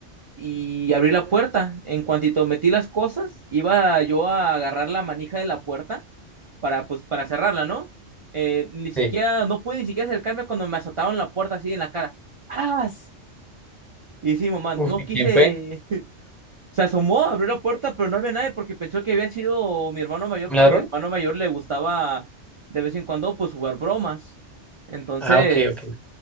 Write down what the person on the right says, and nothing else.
y abrí la puerta. En cuantito metí las cosas, iba yo a agarrar la manija de la puerta para, pues, para cerrarla, ¿no? Eh, ni siquiera,
no pude ni siquiera acercarme cuando me azotaron la puerta así en la cara. ¡Ah! Y sí, mamá,
no
quise.
<laughs> Se asomó, abrió la puerta, pero no había nadie porque pensó que había sido mi hermano mayor,
porque
a mi hermano mayor le gustaba de vez en cuando, pues, jugar bromas. Entonces.